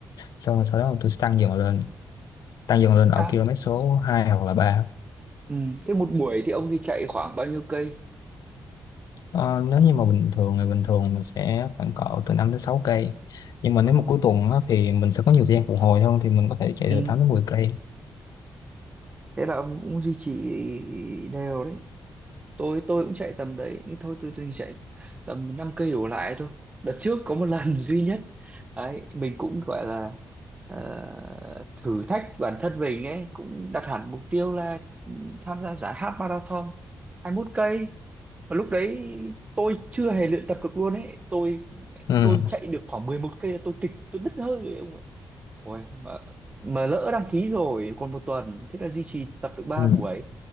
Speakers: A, on the left; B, on the right.
A: xong rồi sau đó tôi sẽ tăng dần lên tăng dần lên ở
B: à
A: km số 2 hoặc là ba
B: Ừ. Thế một buổi thì ông đi chạy khoảng bao nhiêu cây?
A: Ờ, nếu như mà bình thường ngày bình thường mình sẽ khoảng cỡ từ năm đến sáu cây nhưng mà
B: Ồ,
A: nếu mà cuối tuần á, thì mình sẽ có nhiều thời gian phục hồi hơn thì mình có thể chạy
B: Ừ.
A: từ tám đến mười cây
B: Thế là ông cũng duy trì đều đấy. Tôi tôi cũng chạy tầm đấy, nhưng thôi tôi tôi chạy tầm 5 cây đổ lại thôi. Đợt trước có một lần <laughs> duy nhất. Đấy, mình cũng gọi là ờ, thử thách bản thân mình ấy, cũng đặt hẳn mục tiêu là tham gia giải half marathon 21 cây. Và lúc đấy tôi chưa hề luyện tập được luôn ấy. Tôi
A: ừ.
B: tôi chạy được khoảng 11 cây là tôi kịch, tôi đứt hơi rồi, ông ạ. Ôi, mà, mà lỡ đăng ký rồi còn một tuần thế là duy trì tập được ba
A: Ừ.
B: buổi